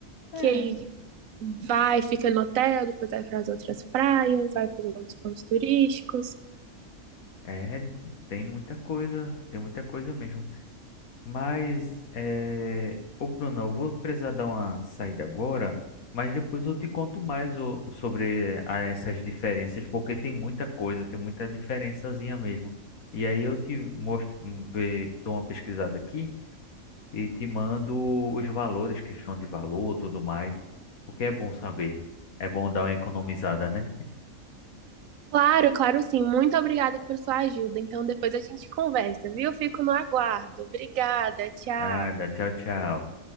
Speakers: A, on the left; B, on the right.
A: É,
B: Que aí vai, fica no hotel, depois vai para as outras praias, vai para os outros pontos turísticos.
A: É, tem muita coisa, tem muita coisa mesmo. Mas, é, ô Bruno, eu vou precisar dar uma saída agora, mas depois eu te conto mais ô, sobre a- essas diferenças, porque tem muita coisa, tem muita diferençazinha mesmo. E aí eu te mostro, hum, ve- dou uma pesquisada aqui e te mando os valores, questão de valor, tudo mais, porque é bom saber. É bom dar uma economizada, né?
B: Claro, claro sim. Muito obrigada por sua ajuda. Então depois a gente conversa, viu? Fico no aguardo. Obrigada, tchau.
A: Nada, tchau, tchau.